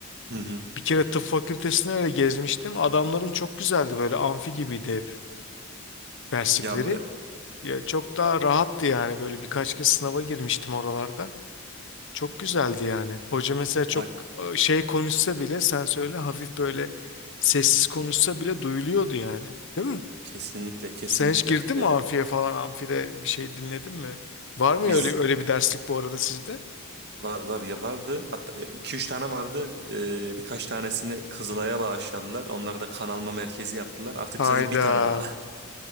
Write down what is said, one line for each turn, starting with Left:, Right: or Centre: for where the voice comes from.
Right: Hı hı.
Left: Bir kere tıp fakültesine öyle gezmiştim. Adamların çok güzeldi böyle amfi gibiydi hep derslikleri.
Right: Ya e,
Left: Ya çok daha rahattı yani böyle birkaç kez sınava girmiştim oralarda. Çok güzeldi yani. Hoca mesela çok
Right: ay-
Left: e, şey konuşsa bile sen söyle hafif böyle sessiz konuşsa bile duyuluyordu yani. Değil mi?
Right: Kesinlikle, kesinlikle.
Left: Sen hiç girdin
Right: Ee,
Left: mi amfiye falan amfide bir şey dinledin mi? Var mı
Right: biz
Left: öyle öyle bir derslik bu arada sizde?
Right: Var var ya vardı hatta 2-3 tane vardı Ee, birkaç tanesini Kızılay'a bağışladılar onları da kan alma merkezi yaptılar artık
Left: Hayda.
Right: sadece bir tane a- <laughs>